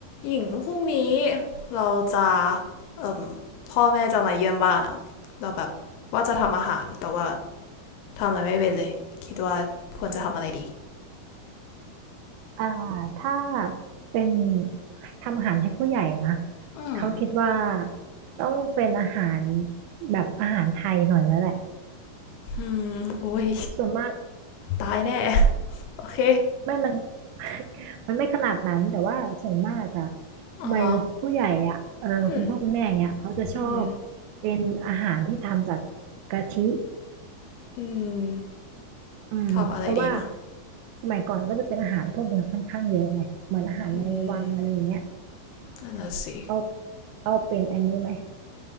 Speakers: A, on the left; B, on the right.
A: หญิงพรุ่งนี้เราจะเอ่มพ่อแม่จะมาเยี่ยมบ้านอะเราแบบว่าจะทำอาหารแต่ว่าทำอะไรไม่เป็นเลยคิดว่าควรจะทำอะไรดี
B: อ่าถ้าเป็นทำอาหารให้ผู้ใหญ่นะ
A: อืม
B: เขาคิดว่าต้องเป็นอาหารแบบอาหารไทยหน่อยแล้วแหละ
A: อืมโอ้ย
B: ส่วนมาก
A: ตายแน่โอเค
B: ไม่มัน <laughs> มันไม่ขนาดนั้นแต่ว่าส่วนมากอะ
A: อ่ะฮะ
B: วัยผู้ใหญ่อะเออคุณพ่อคุณแม่อย่างเงี้ยเขาจะชอบ
A: อืมอืม
B: เป็นอาหารที่ทำจากกะทิ
A: อืม
B: อืมเพราะว่า
A: ทำอะไรดีนะ
B: สมัยก่อนก็จะเป็นอาหารพวกเนี้ยค่อนข้างเยอะไงเหมือนอาหารในวังอะไรอย่างเงี้ย
A: อืมนั่นน่ะสิ
B: เอาเอาเป็นอันนี้ไหม